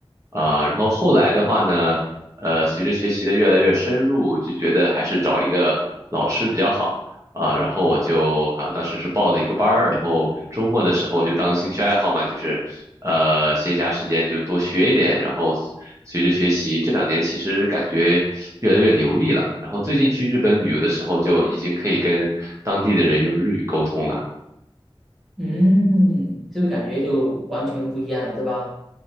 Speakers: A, on the right; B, in the centre.
A: 啊、然后后来的话呢，呃，随着学习的越来越深入，就觉得还是找一个老师比较好啊。然后我就啊，当时是报了一个班儿，然后周末的时候就当兴趣爱好嘛，就是呃，闲暇时间就多学一点。然后随着学习，这两年其实感觉越来越流利了。然后最近去日本旅游的时候，就已经可以跟当地的人用日语沟通了。
B: 嗯，是不是感觉就完全不一样了，对吧？